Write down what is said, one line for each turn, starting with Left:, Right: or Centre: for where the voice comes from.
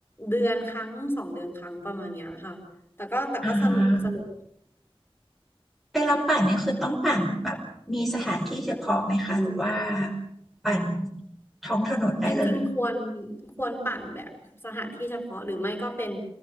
Left: เดือนครั้งสองเดือนครั้งประมาณเนี้ยค่ะแต่ก็แต่ก็สนุกสนุก
Centre: อ่าเวลาปั่นเนี่ยคือต้องปั่นแบบมีสถานที่เฉพาะไหมคะหรือว่าปั่นท้องถนนได้เลย
Left: จริงๆ ควรควรปั่นแบบสถานที่เฉพาะหรือไม่ก็เป็น